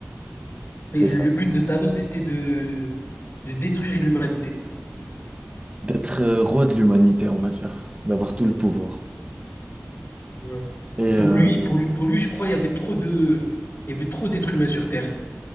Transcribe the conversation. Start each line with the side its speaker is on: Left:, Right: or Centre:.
Right: C'est
Left: Mais le
Right: ça.
Left: but de Thanos, c'était de, de détruire l'humanité.
Right: D'être euh, roi de l'humanité, on va dire. D'avoir tout le pouvoir.
Left: Ouais.
Right: Et
Left: Pour
Right: euh,
Left: lui, pour lui, pour lui, je crois, il y avait trop de, il y avait trop d'êtres humains sur Terre.